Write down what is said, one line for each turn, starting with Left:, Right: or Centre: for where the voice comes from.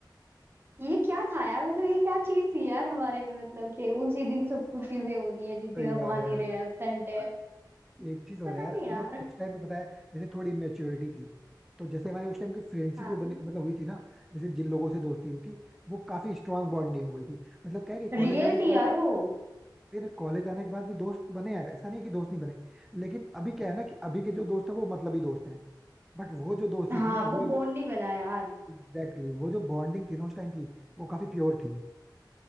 Right: ये क्या था यार मतलब ये क्या चीज थी यार हमारे में मतलब कि उसी दिन सब कुछ चीजें होनी है जिस
Centre: सही
Right: दिन हम
Centre: बात
Right: आ
Centre: है
Right: नहीं
Centre: यार
Right: रहे एब्सेंट है
Centre: और एक चीज और
Right: पता
Centre: है यार
Right: नहीं
Centre: मतलब
Right: यार
Centre: उस टाइम पे पता है जैसे थोड़ी इमेच्योरिटी थी तो जैसे हमारे उस टाइम की फ्रेंडशिप
Right: हाँ
Centre: जो बनी मतलब हुई थी ना जैसे जिन लोगों से दोस्ती हुई थी वो काफी स्ट्रांग बॉन्डिंग हो गई थी मतलब क्या है कि
Right: रियल
Centre: कॉलेज आने के
Right: थी
Centre: बाद
Right: यार वो
Centre: फिर कॉलेज आने के बाद भी दोस्त बने हैं ऐसा नहीं है कि दोस्त नहीं बने लेकिन अभी क्या है ना कि अभी के जो दोस्त है वो मतलबी दोस्त है बट वो जो दोस्ती
Right: हाँ
Centre: थी ना वो
Right: वो
Centre: एकदम
Right: बॉन्ड नहीं बना यार
Centre: एग्जैक्टली exactly, वो जो बॉन्डिंग थी ना उस टाइम की वो काफी प्योर थी